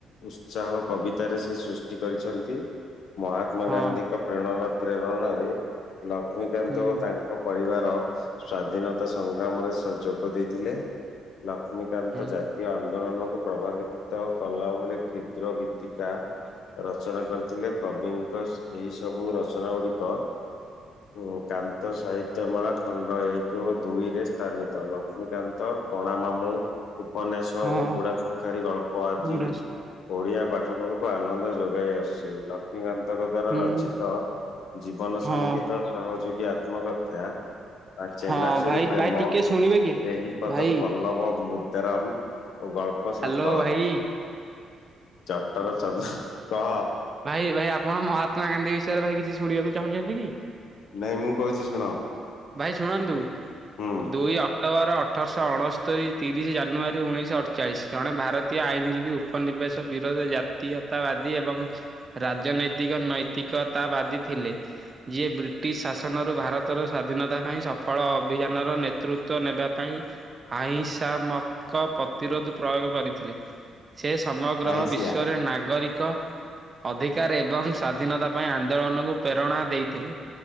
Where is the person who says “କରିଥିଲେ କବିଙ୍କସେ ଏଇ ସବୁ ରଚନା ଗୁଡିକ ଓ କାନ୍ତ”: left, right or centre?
Left